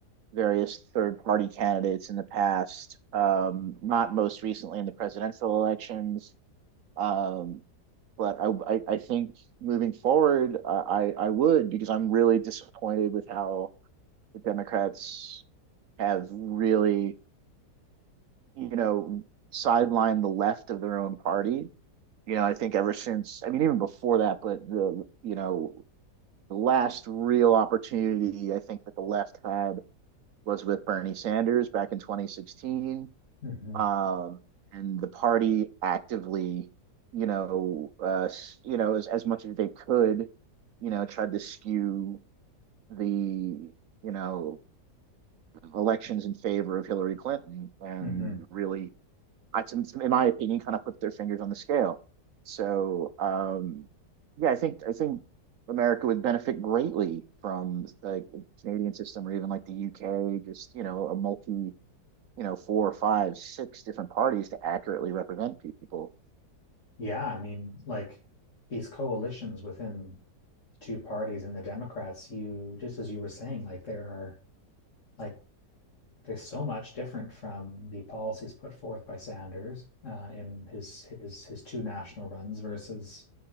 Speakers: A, on the right (about 65°); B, on the left (about 45°).
A: various third party candidates in the past, um, not most recently in the presidential elections. Um, but I, I, I, think moving forward, uh, I, I would because I'm really disappointed with how the Democrats have really, you know, sidelined the left of their own party. You know, I think ever since, I mean, even before that, but the, you know, the last real opportunity I think that the left had was with Bernie Sanders back in 2016.
B: hmm
A: um, and the party actively, you know, uh, you know, as as much as they could, you know, tried to skew the, you know, elections in favor of Hillary Clinton, and
B: hmm
A: really, I, in my opinion, kind of put their fingers on the scale. So, um, yeah, I think I think America would benefit greatly from like the Canadian system or even like the UK, just you know, a multi you know four or five six different parties to accurately represent people
B: Yeah, I mean, like these coalitions within two parties and the Democrats, you just as you were saying, like there are like there's so much different from the policies put forth by Sanders uh, in his his his two national runs versus